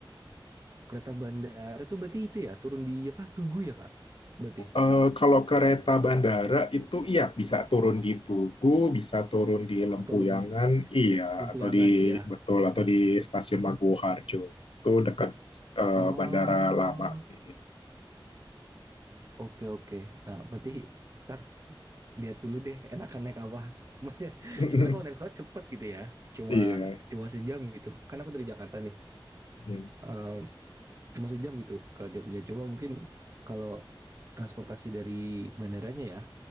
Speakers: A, on the right (about 35°); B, on the left (about 80°).
A: kereta bandara tuh berarti itu ya turun di apa Tugu ya kak berarti
B: Eh, kalau kereta bandara itu iya bisa turun di Tugu, bisa turun di Lempuyangan,
A: atau Lem-
B: iya
A: Lempuyangan
B: atau di
A: ya
B: betul atau di Stasiun Maguwoharjo. Itu dekat eh,
A: oh
B: bandara lama sih.
A: oke okay, oke Okay. nah berarti kita lihat dulu deh enakan naik apa. <laughs>
B: <laughs>
A: Sebenarnya kalau naik pesawat cepet gitu ya, cuma
B: Iya.
A: cuma sejam gitu. Kan aku dari Jakarta nih,
B: Mm,
A: Ehm, cuma sejam gitu ke Jogja. Cuma mungkin kalau transportasi dari bandaranya ya